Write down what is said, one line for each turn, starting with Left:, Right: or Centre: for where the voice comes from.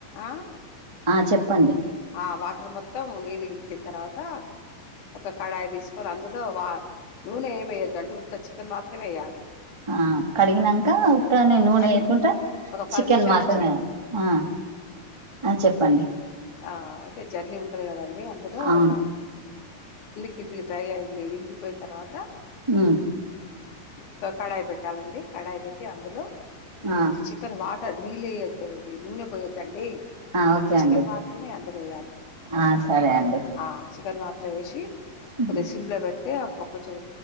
Left: ఆ
Right: ఆ చెప్పండి
Left: అ వాటర్ మొత్తం నీళ్లు ఇంకిన తరువాత ఒక కాడాయి తిస్ కర్ అందులో వా నూనె ఏం ఎయ్యొద్దండి ఉత్త చికెన్ మాత్రమే ఎయ్యాలి
Right: ఆ కడిగినంక ఉత్తనే నూనెయ్యకుంటా
Left: కడిగి ఒక పది
Right: చికెన్
Left: నిమిషాల
Right: మాత్రమే
Left: నుంచి
Right: ఆ ఆ చెప్పండి
Left: ఆ అయితే జల్లి ఉంటది కదండి అందులో
Right: అవును
Left: గా కిందికి డ్రై అయ్యింది వినికిపోయిన తర్వాత
Right: ఊ
Left: ఉక్క కడాయి పెట్టాలండి కడాయి పెట్టి అందులో
Right: ఆ
Left: ఉత్త చికెన్ వాటర్ నీళ్ళేయద్దు ది నూనె పోయద్దండి
Right: ఆ ఓకే
Left: ఉత్త చికెన్
Right: అండి
Left: మాత్రమే అందులో ఎయ్యాలి
Right: ఆ సరే అండి
Left: ఆ చికెన్ మా త్ర వేషి
Right: ఉమ్.
Left: కొద్దిగా సిం ల పెడ్ తే ఆ బొక్క చు